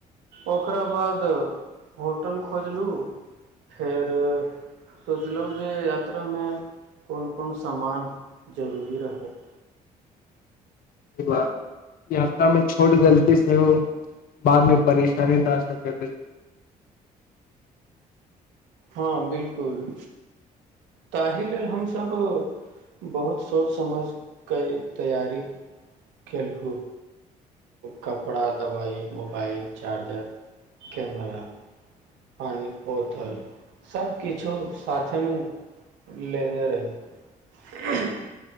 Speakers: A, on the right (about 60°); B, on the left (about 45°).
A: ओकरा बाद होटल खोजलहुँ फेर सोचलहुँ जे यात्रामे कोन कोन सामान जरूरी रहत
B: बात यात्रा मे छोट गलती से ओ बादमे परेशानी द सक
A: हँ बिलकुल ताहि लेल हमसभ बहुत सोचि समझि क तैयारी केलहुँ कपड़ा दबाइ मोबाइल चार्जर कैमरा पानिके बोतल सभकिछो साथेमे लेने रही